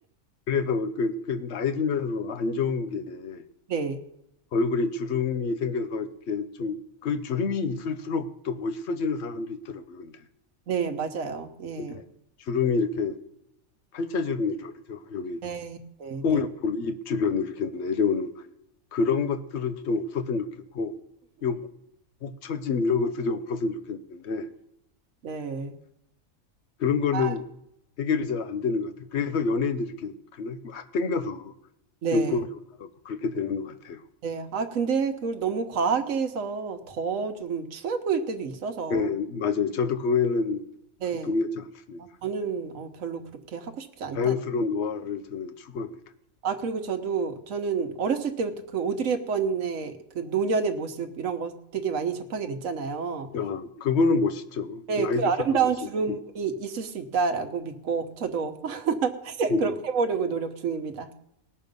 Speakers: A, on the left; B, on the right.
A: 그래서 그, 그 나이 들면서 안 좋은 게
B: 네.
A: 얼굴에 주름이 생겨서 이렇게 좀 그 주름이 있을수록 또 멋있어지는 사람도 있더라고요. 근데,
B: 네, 맞아요. 예.
A: 근데 주름이 이렇게 팔자 주름이라고 그러죠. 여기
B: 네. 네,
A: 코
B: 네.
A: 옆으로 입 주변으로 이렇게 내려오는 그런 것들은 좀 없었으면 좋겠고, 요 목처짐 이런 것도 좀 없었으면 좋겠는데,
B: 네.
A: 그런 거는
B: 아,
A: 해결이 잘 안 되는 것 같아요. 그래서 연예인들이 이렇게 그냥 막 땡겨서
B: 네,
A: 눈곱이 올라가고 그렇게 되는 것 같아요.
B: 네. 아, 근데 그걸 너무 과하게 해서 더 좀 추해 보일 때도 있어서
A: 네, 맞아요. 저도 그거에는
B: 네.
A: 그 동의하지 않습니다.
B: 아, 저는 어, 별로 그렇게 하고 싶지 않다는데.
A: 자연스러운 노화를 저는 추구합니다.
B: 아, 그리고 저도, 저는 어렸을 때부터 그 오드리 헵번의 그 노년의 모습 이런 거 되게 많이 접하게 됐잖아요.
A: 아, 그분은 멋있죠.
B: 네,
A: 나이
B: 그
A: 들수록
B: 아름다운
A: 멋있.
B: 주름이
A: 음,
B: 있을 수 있다라고 믿고 저도 <laughs>
A: 네 <laughs>
B: 그렇게 해보려고 노력 중입니다.